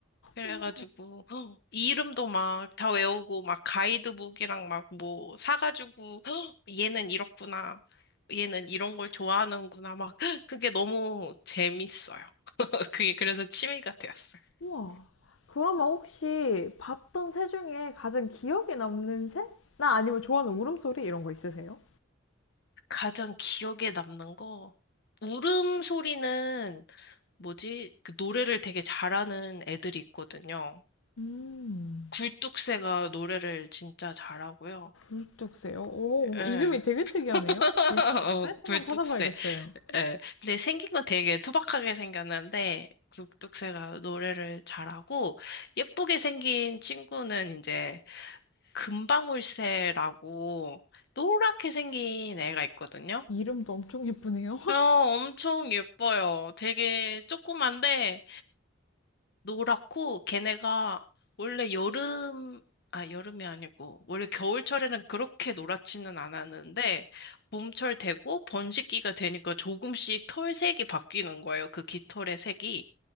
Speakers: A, on the left (about 55°); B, on the left (about 70°).
A: 그래가지고
B: 우와,
A: 헉, 이름도 막 다 외우고 막 가이드북이랑 막 뭐 사가지고 헉, 얘는 이렇구나. 얘는 이런 걸 좋아하는구나. 막 헉, 그게 너무 재밌어요. <laughs> 그게 그래서 취미가 되었어요.
B: 우와. 그러면 혹시 봤던 새 중에 가장 기억에 남는 새? 나 아니면 좋아하는 울음소리 이런 거 있으세요?
A: 가장 기억에 남는 거 울음소리는 뭐지? 그 노래를 되게 잘하는 애들이 있거든요.
B: 음.
A: 굴뚝새가 노래를 진짜 잘하고요.
B: 굴뚝새요 오, 뭐
A: 예.
B: 이름이 되게 특이하네요.
A: <laughs>
B: 굴뚝새
A: 어,
B: 한번
A: 굴뚝새.
B: 찾아봐야겠어요.
A: 예. 근데 생긴 건 되게 투박하게 생겼는데 굴뚝새가 노래를 잘하고 예쁘게 생긴 친구는 이제 금방울새라고 노랗게 생긴 애가 있거든요.
B: 이름도 엄청 예쁘네요. <laughs>
A: 어, 엄청 예뻐요. 되게 조그만데 노랗고 걔네가 원래 여름 아 여름이 아니고 원래 겨울철에는 그렇게 노랗지는 않았는데 봄철 되고 번식기가 되니까 조금씩 털색이 바뀌는 거예요. 그 깃털의 색이.